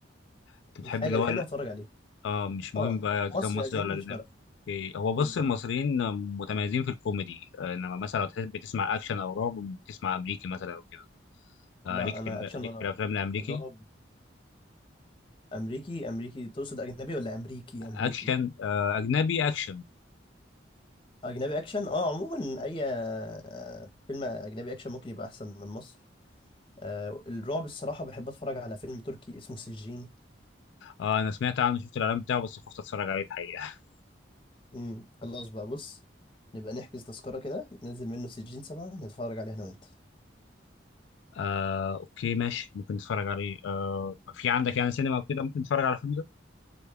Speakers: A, on the left (about 70°); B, on the left (about 25°).
A: انت بتحب
B: الحاجة
A: اللي
B: الحلوة
A: هو ال-
B: اتفرج عليها
A: اه مش مهم
B: اه
A: بقى اذا
B: مصري
A: كان مصري
B: اجنبي
A: ولا
B: مش
A: اجنبي
B: فارقة
A: اوكي. هو بص
B: بالظبط
A: المصريين متميزين في الكوميدي آه، انما مثلا لو تحب تسمع اكشن او رعب بتسمع امريكي مثلا او كده آه،
B: لا
A: ليك في
B: انا
A: ال-
B: اكشن
A: ليك في الافلام الامريكي
B: رعب امريكي امريكي تقصد اجنبي ولا امريكي
A: اكشن
B: امريكي
A: آه، اجنبي اكشن
B: اجنبي اكشن اه عموما اي آه، فيلم اجنبي اكشن ممكن يبقى احسن من مصر آه، الرعب الصراحة بحب اتفرج على فيلم تركي اسمه سجين
A: آه، انا سمعت عنه شفت الاعلان بتاعه بس خفت اتفرج عليه الحقيقه <laughs>
B: امم خلاص بقى بص نبقى نحجز تذكرة كده ننزل منه سجين سبعة نتفرج عليه انا وانت
A: آه، اوكي ماشي ممكن نتفرج عليه آه، في عندك يعني سينما وكده ممكن نتفرج على الفيلم ده